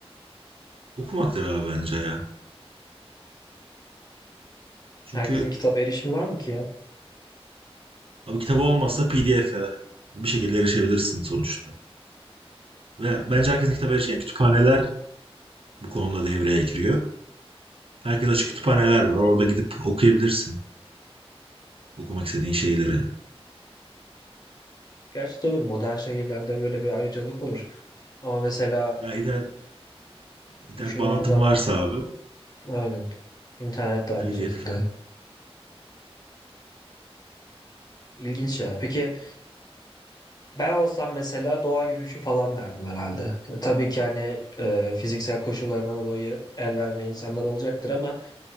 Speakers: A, on the right (about 60°); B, on the left (about 40°).
A: Okumaktır abi bence ya. Çünkü
B: Herkesin kitap erişimi var mı ki ya?
A: Abi kitabı olmazsa PDF'e bir şekilde erişebilirsin sonuçta. Ve bence herkesin kitaba erişiyor. Yani kütüphaneler bu konuda devreye giriyor. Herkes açık kütüphaneler var. Orada gidip okuyabilirsin okumak istediğin şeyleri.
B: Gerçi doğru modern şehirlerde böyle bir ayrıcalık olur. Ama mesela
A: ya internet, internet
B: düşündüğün
A: bağlantın
B: zaman
A: varsa abi
B: aynen İnternet de aynı
A: PDF.
B: şekilde. İlginç ya. Peki ben olsam mesela doğa yürüyüşü falan derdim herhalde. Yani Tabii ki hani e, fiziksel koşullarından dolayı el vermeyen insanlar olacaktır ama